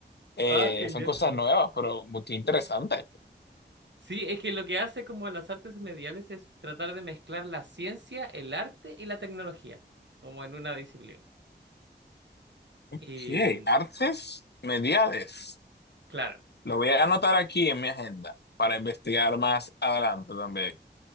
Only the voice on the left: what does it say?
Eh,
son cosas
nuevas, pero muy- qué interesante.
Sí,
artes mediales.
Lo voy a anotar aquí en mi agenda para investigar más adelante también.